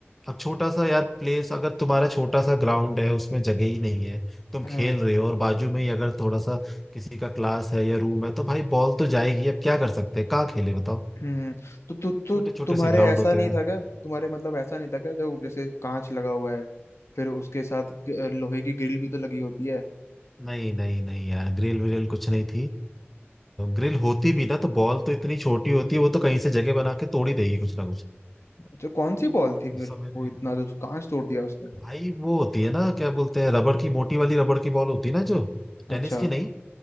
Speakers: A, in the centre; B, on the left (about 85°).
A: अब छोटा सा यार प्लेस अगर तुम्हारा छोटा सा ग्राउंड है उसमें जगह ही नहीं है तुम
B: हाँ,
A: खेल रहे हो और बाजू में ही अगर थोड़ा सा किसी का क्लास है या रूम है तो भाई बॉल तो जाएगी अब क्या कर सकते हैं कहाँ खेले बताओ
B: हम्म। तो तु, तु,
A: छोटे छोटे
B: तुम्हारे
A: से ग्राउंड
B: ऐसा
A: होते
B: नहीं
A: हैं
B: था क्या तुम्हारे मतलब ऐसा नहीं था क्या जो जैसे कांच लगा हुआ है फिर उसके साथ ग- लोहे की ग्रिल भी तो लगी होती है
A: नहीं नहीं नहीं यार ग्रिल विल कुछ नहीं थी ग्रिल होती भी ना तो बॉल तो इतनी छोटी होती है वो तो कहीं से जगह बना के तोड़ ही देगी कुछ ना कुछ
B: अच्छा कौन सी बॉल थी
A: उस
B: फिर
A: समय
B: वो
A: पे
B: इतना जो कांच तोड़ दिया उसने
A: भाई वो होती है ना क्या बोलते हैं रबड़ की मोटी वाली रबड़ की बॉल होती है ना जो टेनिस
B: अच्छा
A: की नहीं